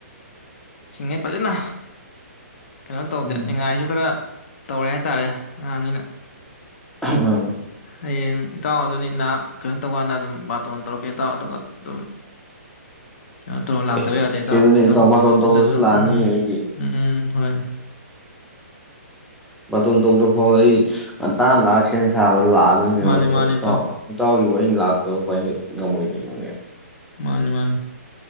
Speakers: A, on the left; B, in the centre.
A: ꯁꯤꯉꯦ ꯄꯖꯦꯅ ꯀꯩꯅꯣ ꯇꯧꯗꯦ
B: ꯎꯝ
A: ꯏ ꯉꯥꯏꯁꯨ ꯈꯔ ꯇꯧꯔꯦ ꯍꯥꯏꯇꯥꯔꯦ ꯑꯉꯥꯡꯅꯤꯅ
B: ꯎꯝ
A: ꯍꯌꯦꯡ ꯏꯇꯥꯎ ꯑꯗꯨꯅꯤ ꯅ ꯀꯩꯅꯣ ꯇꯧꯀꯥꯟꯗ ꯑꯗꯨꯝ ꯕꯥꯇꯣꯟ ꯇꯧꯔꯛꯀꯦ ꯏꯇꯥꯎ ꯑꯗꯨꯒ ꯑꯗꯨꯝ ꯀꯩꯅꯣ ꯇꯧꯔ ꯂꯥꯛꯇꯕ
B: ꯑꯦ
A: ꯌꯥꯗꯦ ꯏꯇꯥꯎ
B: ꯀꯩꯅꯣꯅꯦ
A: ꯊꯕꯛ
B: ꯕꯥꯇꯣꯟ
A: ꯆꯤꯟꯂꯁꯨ
B: ꯇꯧꯗ꯭ꯔꯁꯨ ꯂꯥꯛꯑꯅꯤꯌꯦ
A: ꯎꯝ
B: ꯑꯩꯗꯤ
A: ꯎꯝ ꯍꯣꯏ
B: ꯕꯥꯇꯣꯟ ꯇꯧꯗ꯭ꯔ ꯐꯥꯎ ꯑꯩ ꯉꯟꯇꯅ ꯂꯥꯛꯑ ꯁꯦꯝ ꯁꯥꯕ ꯂꯥꯛꯑꯗꯧꯅꯤ ꯀꯩꯅꯣ
A: ꯃꯥꯅꯤ
B: ꯃꯇꯥꯎ
A: ꯃꯥꯅꯤ ꯏꯇꯥꯎ
B: ꯃꯇꯥꯎ ꯒꯤꯕꯨ ꯑꯩꯅ ꯂꯥꯛꯇꯕ ꯀꯃꯥꯏꯅ ꯉꯝꯃꯣꯏꯀꯩꯅꯣꯅꯦ
A: ꯃꯥꯅꯤ ꯃꯥꯅꯤ